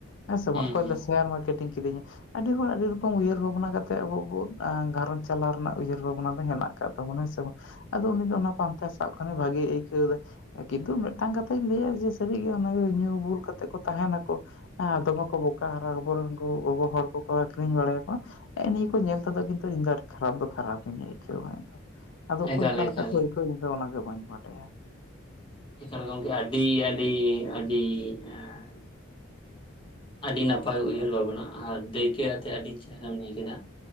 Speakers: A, on the left (about 60°); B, on the left (about 25°).
A: ᱦᱮᱸ ᱥᱮ ᱵᱟᱝ
B: ᱦᱩᱸ
A: ᱚᱠᱚᱭ
B: ᱦᱩᱸ
A: ᱞᱮᱭᱫᱟ ᱥᱮᱭᱟᱨ ᱢᱟᱨᱠᱮᱴᱤᱝ ᱠᱤᱨᱤᱧᱟ। ᱟᱹᱰᱤ ᱦᱚᱲ ᱟᱹᱰᱤ ᱨᱚᱠᱚᱢ ᱩᱭᱦᱟᱹᱨ ᱵᱷᱟᱵᱱᱟ ᱠᱟᱛᱮᱫ ᱟᱵᱚ ᱵᱚᱱ ᱜᱷᱟᱸᱨᱚᱸᱡᱽ ᱪᱟᱞᱟᱣ ᱨᱮᱱᱟᱜ ᱩᱭᱦᱟᱹᱨ ᱵᱷᱟᱵᱱᱟ ᱫᱚ ᱦᱮᱱᱟᱜ ᱟᱠᱟᱫ ᱛᱟᱵᱚᱱᱟ ᱦᱮᱸ ᱥᱮ ᱵᱟᱝ! ᱟᱫᱚ ᱩᱱᱤ ᱫᱚ ᱚᱱᱟ ᱯᱟᱱᱛᱮ ᱥᱟᱵ ᱠᱷᱟᱱ ᱮ ᱵᱷᱟᱜᱤᱭ ᱟᱹᱭᱠᱟᱹᱣ ᱫᱟᱭ ᱾ ᱠᱤᱱᱛᱩ ᱢᱤᱫᱴᱟᱝ ᱠᱟᱛᱷᱟᱧ ᱞᱮᱭᱟ ᱡᱮ ᱥᱟᱹᱨᱤᱜᱮ ᱚᱱᱟᱜᱮ ᱧᱩ ᱵᱩᱞ ᱠᱟᱛᱮᱜ ᱠᱚ ᱛᱟᱦᱮᱱᱟᱠᱚ। ᱦᱮᱸ ᱫᱚᱢᱮ ᱠᱚ ᱵᱚᱠᱟ ᱟᱨ ᱟᱵᱚᱨᱮᱱ ᱜᱚᱜᱚ ᱦᱚᱲ ᱠᱚᱠᱚ ᱟᱠᱷᱨᱤᱧ ᱵᱟᱲᱟᱭᱟᱠᱚ। ᱦᱮᱸᱜ ᱱᱤᱭᱟᱹ ᱠᱚ ᱧᱮᱞ ᱛᱮᱫᱚ ᱠᱤᱱᱛᱩ ᱤᱧ ᱫᱚ ᱟᱰᱤ ᱠᱷᱟᱨᱟᱯ ᱫᱚ ᱠᱷᱟᱨᱟᱯᱤᱧ ᱟᱹᱭᱠᱟᱹᱣᱟ ᱤᱧ ᱫᱚ ᱾ ᱟᱫᱚ ᱚᱠᱚᱭ
B: ᱮᱠᱟᱞ
A: ᱚᱠᱟ
B: ᱮᱠᱟᱞ
A: ᱞᱮᱠᱟ ᱠᱚ ᱟᱹᱭᱠᱟᱹᱣᱟ ᱤᱧ ᱫᱚ ᱚᱱᱟᱜ ᱵᱟᱹᱧ ᱵᱟᱰᱟᱭᱟ।
B: ᱮᱠᱟᱞ ᱜᱚᱝᱠᱮ ᱟᱰᱤ ᱟᱰᱤ ᱟᱰᱤ ᱮᱸ ᱟᱰᱤ ᱱᱟᱯᱟᱭ ᱩᱭᱦᱟᱹᱨ ᱵᱷᱟᱵᱚᱱᱟ ᱟᱨ ᱫᱟᱹᱭᱠᱟᱹ ᱟᱹᱛᱮᱜ ᱟᱹᱰᱤ ᱪᱮᱦᱚᱨᱟᱢ ᱞᱟᱹᱭ ᱠᱮᱫᱟ।